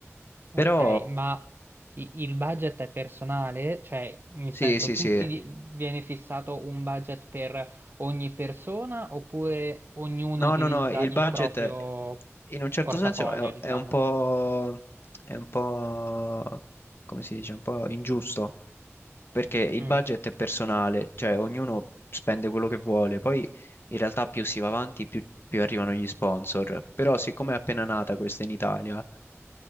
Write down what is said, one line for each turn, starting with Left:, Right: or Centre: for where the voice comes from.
Right: Ok,
Left: Però
Right: ma i- il budget è personale? Cioè, nel
Left: sì,
Right: senso,
Left: sì,
Right: tutti
Left: sì.
Right: di- viene fissato un budget per ogni persona oppure ognuno
Left: No,
Right: utilizza
Left: no, no, il
Right: il
Left: budget
Right: proprio
Left: in un certo
Right: portafoglio,
Left: senso è,
Right: diciamo?
Left: è un po', è un po', come si dice, un po' ingiusto, perché il
Right: Mm,
Left: budget è personale, cioè ognuno spende quello che vuole, poi in realtà più si va avanti più, più arrivano gli sponsor, però siccome è appena nata questa in Italia,